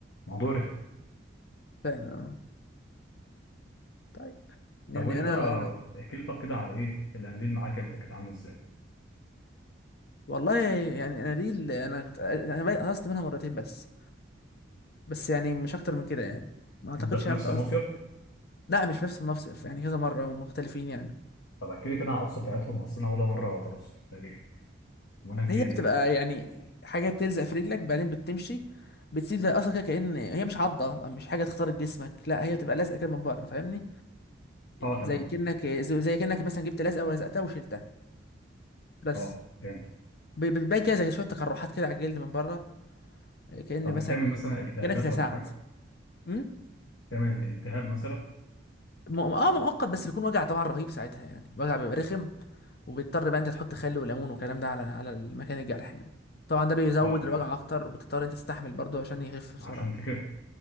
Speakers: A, on the left; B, on the left.
A: موضوع رخم
B: فعلا آه. طيب يعني
A: طب وانت
B: انا انا
A: احكي لي طب كده على ايه الاناديل معاك انت كانت عامل ازاي
B: والله يعني انا دي اللي انا كنت انا بقى قصت منها مرتين بس بس يعني مش اكتر من كده يعني ما اعتقدش
A: ده في
B: انا
A: نفس
B: كنت قصت
A: المصيف
B: من كده لا مش نفس المصيف يعني كذا مره مختلفين يعني
A: طب احكي لي كده عن القرصة بتاعتهم اصل انا ولا مرة طرست تقريبا وانا كبير
B: هي بتبقى
A: يعني
B: يعني حاجه بتلزق في رجلك بعدين بتمشي بتسيب زي اصلا كده كأن هي مش عضه مش حاجه تخترق جسمك لا هي بتبقى لازقه كده من بره فاهمني
A: اه تمام
B: زي كأنك زي زي كأنك مثلا جبت لزقه ولزقتها وشلتها بس
A: اه فهمت
B: ب- بتبان كده زي شويه تقرحات كده على الجلد من بره كأن
A: طب
B: مثلا
A: ما تعمل مثلا التهابات
B: كأنك اتلسعت
A: ولا حاجة
B: امم
A: تعمل الالتهاب مثلا
B: م- اه مؤقت بس بيكون وجع طبعا رهيب ساعتها يعني وجع بيبقى رخم وبيضطر بقى انت تحط خل وليمون والكلام ده على على مكان الجرح يعني طبعا ده بيزود
A: اه تمام
B: الوجع اكتر وبتضطر انت تستحمل برضه عشان يخف بسرعه
A: عشان تخف